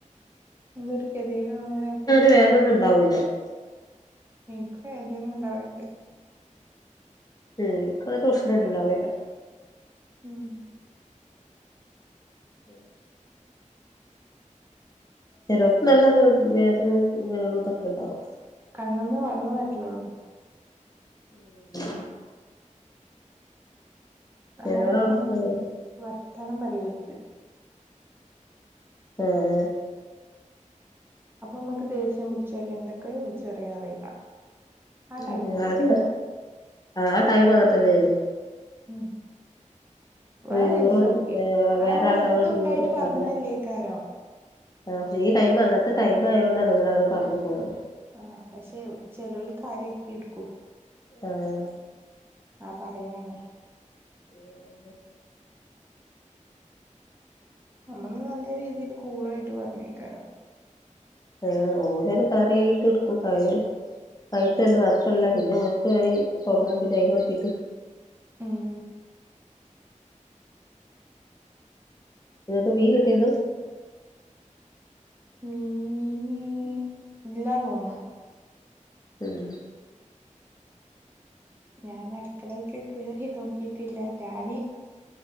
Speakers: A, on the right; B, on the left.
A: എന്തോര് <unintelligible>
B: വേദനേ <unintelligible>
A: ഇൻക്കും വേദന ഒണ്ടാവേണ്ട്
B: <unintelligible> പ്രശ്നം ഇണ്ടാവില്ല്യാ
A: ഉം
B: ആഹ് ചെലർക്ക് നല്ലൊരു വേദനയും ഇതൊക്കെണ്ടാവും
A: കണ്ണന്ന് വെള്ളം <unintelligible> ഒള്ളു
B: <inaudible> ചിലരെ
A: ആരോപ്പം
B: അവസ്ഥ
A: ഉം
B: അങ്ങനെ
A: വർത്താനം പറിയർത്
B: ആഹ് ആഹ്
A: അപ്പൊമ്മക്ക് ദേഷ്യം പിടിച്ച് എന്തൊക്കെയ്യാ വിളിച്ച് പറയാ അറിയില്ല ആ
B: <unintelligible>
A: ടൈമില് ട്ടോ
B: ആഹ് ടൈം <unintelligible>
A: ഉം വേറെ
B: ഈറും
A: <unintelligible> അത്
B: വേറെ
A: നമ്മള്
B: ആൾക്കാരോട്
A: എത്തുണ്ടായിട്ട്
B: ഈറും
A: പറഞ്ഞല്ലേക്കാരം
B: കാട്ടലൊക്കെ <unintelligible> ടൈം അങ്ങനത്തെ ടൈം ആയതൊണ്ടാണ് നിങ്ങള് <unintelligible> പറഞ്ഞ് പോണത്
A: ആഹ് പക്ഷേ ചെലര് കാര്യാക്കി എട്ക്കൂം
B: ആഹ്
A: ആ പറയണന്നെ നമ്മള് നല്ല രീതില് കൂളായിട്ട് പറഞ്ഞേക്കാരം
B: ആഹ് ഓരാള് <unintelligible> എടുക്കുംകാരേ കയട്ടല് മാത്രല്ല പിന്നെ ഓൽക്അയി തുടങ്ങും പിന്നെ അയ്ന് പറ്റിയിട്ട്
A: ഉം
B: ഇന്നട്ട് മീ കിട്ട്യന്ന്
A: മീന് ഇല്ലാ തോന്ന്ണ്
B: ഉം
A: ഞാന് അടുക്കളക്ക് കേറി നോക്കിട്ടില്ല ഞാന്